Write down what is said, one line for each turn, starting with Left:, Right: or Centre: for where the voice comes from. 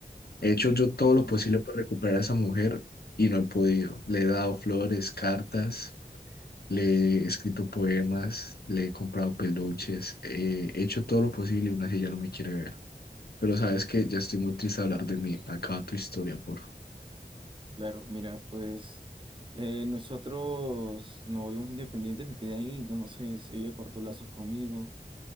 Left: He hecho yo todo lo
Right: No.
Left: posible por recuperar a esa mujer y no he podido. Le he dado flores, cartas, le he escrito poemas, le he comprado peluches, eh, he hecho todo lo posible y aún así ella no me quiere ver. Pero sabes que ya estoy muy triste de hablar de mí. Acaba tu historia, por favor.
Right: Claro, mira, pues eh, nosotros nos volvimos muy dependientes, me quedé ahí, entonces ella cortó lazos conmigo.